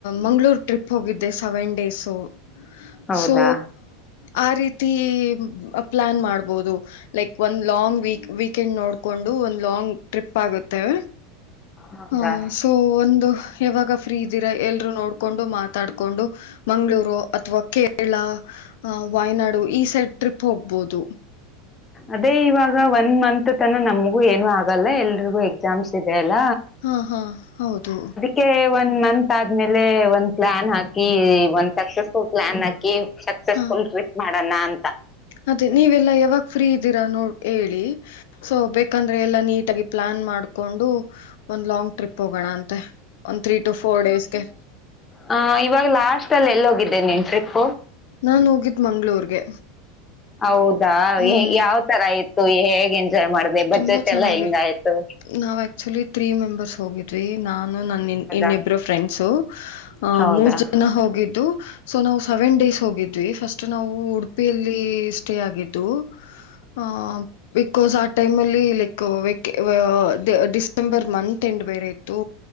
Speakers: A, on the left; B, on the left.
A: ಮಂ್ಗಳೂರು ಟ್ರಿಪ್ ಹೋಗಿದ್ದೆ ಸೆವೆನ್ ಡೇಸು
B: ಹೌದಾ
A: ಸೋ ಆ ರೀತಿ ಪ್ಲಾನ್ ಮಾಡ್ಬಹುದು ಲೈಕ್ ಒಂದ್ ಲಾಂಗ್ ವೀಕ್ ವೀಕೆಂಡ್ ನೋಡ್ ಕೊಂಡು ಒಂದ್ ಲಾಂಗ್ ಟ್ರಿಪ್ ಆಗುತ್ತೇವೆ
B: ಹೌದಾ
A: ಹ ಸೊ ಒಂದು ಯಾವಾಗ ಫ್ರೀ ಇದ್ದೀರ ಎಲ್ಲರೂ ನೋಡಿಕೊಂಡು ಮಾತಾಡಿಕೊಂಡು ಮಂಗಳೂರು ಅಥವಾ ಕೇರಳ ವಾಯ್ನಾಡು ಈ ಸೈಡ್ ಟ್ರಿಪ್ ಹೋಗ್ಬಹುದು
B: ಅದೇ ಇವಾಗ ಒನ್ ಮಂತ್ ತನ ನಮಗೂ ಏನು ಆಗಲ್ಲ ಎಲ್ರಿಗೂ ಎಕ್ಸಾಮ್ಸ್ ಇದೆ ಅಲ್ಲ
A: ಹಾ ಹಾ ಹೌದು
B: ಕೇ ಒಂದು ಮಂತ್ ಆದ್ಮೇಲೆ ಒಂದ್ ಪ್ಲ್ಲಾನ್ ಹಾಕಿ ಒಂದ್ ಸಕ್ಸಸ್ಫುಲ್ ಪ್ಲಾನ್ ಹಾಕಿ ಸಕ್ಸಸ್ಫುಲ್
A: ಹಾ
B: ಟ್ರಿಪ್ ಮಾಡೋಣ ಅಂತ
A: ಅದೇ ನೀವೆಲ್ಲಾ ಯಾವಾಗ ಫ್ರೀ ಇದ್ದೀರಾ ನೋಡಿ ಹೇಳಿ ಸೊ ಬೇಕ ಎಲ್ಲಾ ನೀಟ ಆಗಿ ಪ್ಲಾನ್ ಮಾಡ್ಕೊಂಡು ಒಂದ್ ಲಾಂಗ್ ಟ್ರಿಪ್ ಹೋಗೋಣ ಅಂತೆ ಒಂದ ತ್ರೀ ಟು ಫೋರ್ ಡೇಸ್ಗೆ
B: ಹ ಇವಾಗ ಲಾಸ್ಟ್ ಅಲ್ಲಿ ಎಲ್ಲಿ ಹೋಗಿದ್ದೆನೆನ್ ಟ್ರಿಪ್
A: ನಾ ಹೋಗಿದ್ದ ಮಂಗ್ಗಳೂರ್ಗೆ
B: ಹೌದಾ
A: ಹ್ಮ್
B: ಹ ಯಾವ್ ತರ ಆಯ್ತು ಹೇಗ್ ಎಂಜಾಯ್ ಮಾಡಿದೆ ಬಜೆಟ್
A: ತುಂಬಾ ಚೆನ್ನಾಗಿತ್ತು
B: ಎಲ್ಲಾ ಹೆಂಗಾಯ್ತು
A: ನಾವ್ ಆಕ್ಚುಲಿ ತ್ರೀ ಮೆಂಬರ್ಸ್ ಹೋಗಿದ್ದವಿ ನಾನು ನನ್ನ
B: ಹೌದಾ
A: ಇನ್ನಿಬ್ಬರು ಫ್ರೆಂಡ್ಸು ಅಹ
B: ಹೌದಾ
A: ಮೂರ್ ಜನ ಹೋಗಿದ್ದು ಸೊ ನಾವು ಸೆವೆನ್ ಡೇಸ್ ಹೋಗಿದ್ವಿ ಫಸ್ಟ್ ನಾವು ಉಡುಪಿಯಲ್ಲಿ ಸ್ಟೇ ಆಗಿದ್ದು ಹ ಬಿಕಾಸ್ ಆ ಟೈಮಲ್ಲಿ ಲೈಕ್ ವ ಡಿಸೆಂಬರ್ ಮಂತ್ ಎಂಡ್ ಬೇರೆ ಇತ್ತು